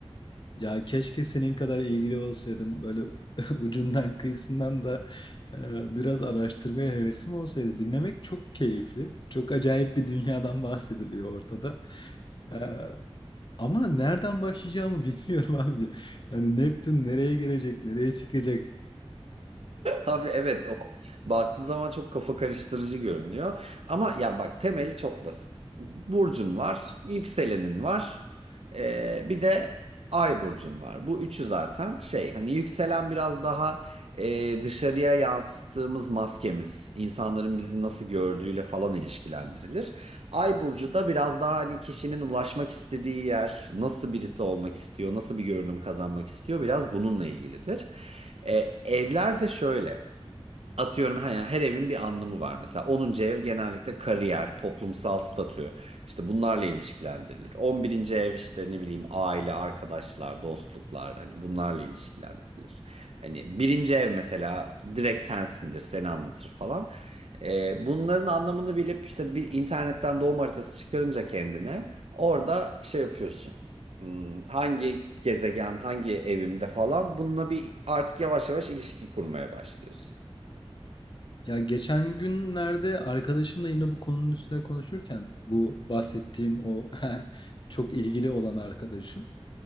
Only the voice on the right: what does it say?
Abi evet o baktığı zaman çok kafa karıştırıcı görünüyor. Ama ya bak temeli çok basit. Burcun var, yükselenin var. ee, bir de ay burcun var. Bu üçü zaten şey hani yükselen biraz daha ee, dışarıya yansıttığımız maskemiz, insanların bizi nasıl gördüğüyle falan ilişkilendirilir. Ay burcu da biraz daha hani kişinin ulaşmak istediği yer, nasıl birisi olmak istiyor, nasıl bir görünüm kazanmak istiyor biraz bununla ilgilidir. E, evler de şöyle. Atıyorum her, yani her evin bir anlamı var mesela. onuncu ev genellikle kariyer, toplumsal statü işte bunlarla ilişkilendirilir. 11. ev işte ne bileyim aile, arkadaşlar, dostluklar hani bunlarla ilişkilendirilir. Hani birinci ev mesela direkt sensindir, seni anlatır falan. Ee, bunların anlamını bilip işte bir internetten doğum haritası çıkarınca kendine orada şey yapıyorsun. Hmm, Hangi gezegen, hangi evimde falan bununla bir artık yavaş yavaş ilişki kurmaya başlıyorsun.